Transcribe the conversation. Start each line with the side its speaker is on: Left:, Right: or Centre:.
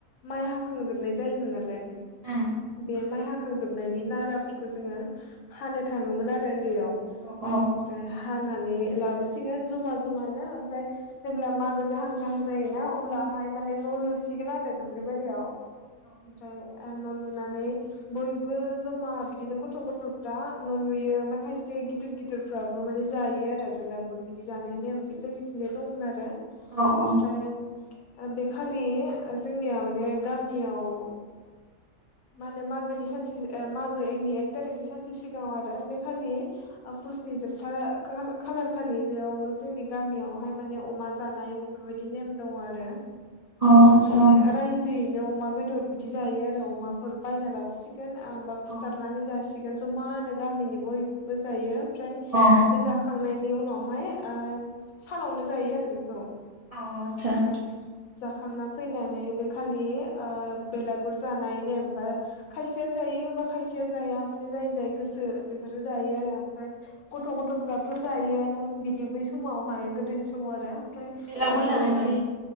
Left: माइ हाखांजोबनाय जायोमोन नालाय
Right: उम
Left: बे माइ हाखांजोबनायनि नाराफोरखौ जोङो हानो थाङोमोन आरो उन्दैयाव
Right: औ
Left: बेनिफ्राय हानानै लाबोसिगोन जमा जमानो ओमफ्राय जेब्ला मागो जाहां जाहां जायोना अब्लाहाय माने न' लुसिगोन आरो दुब्लि बारियाव ओमफ्राय न' लुनानै बयबो जमा बिदिनो गथ' गथ'फ्रा न' लुयो ओमफ्राय खायसे गिदिर गिदिरफ्राबो माने जायो आरो बेलागुर बिदि जानाय नेम जोंनि मिथिनो दंमोन आरो
Right: औ औ
Left: ओमफ्राय बे खालि जोंनिया माने गामियाव मा होनो मागोनि सानसे मागोनि एक थारिखनि सानसे सिगाङाव आरो बे खालि पुसनि जोबथा खालार खालि बेयाव जोंनि गामियाव हाय माने अमा जानाय बेफोरबायदि नेम दं आरो
Right: अ आतसा
Left: माने राय जोयैनो अमा बेदर बिदि जायो आरो अमाफोर बायना लाबोसिगोन हबा फुथारनानै
Right: अ
Left: जासिगोन जमानो गामिनि बयबो जायो ओमफ्राय
Right: अ
Left: बे जाखांनायनि उन नावहाय ओ सानावनो जायो आरो बेखौ
Right: आतसा
Left: ओमफ्राय जा खांना फैनानै बे खालि बेलागुर जानाय नेम बा खायसे बा खायसेया जाया माने जाय जाय गोसो बेफोरो जायो आरो ओमफ्राय गथ' गथ'फ्राथ' जायोआनोमोन बिदि बै समावहाय गोदोनि समाव आरो ओमफ्राय
Right: बेलागुर
Left: जोंबो
Right: जानाय माने
Left: बिदि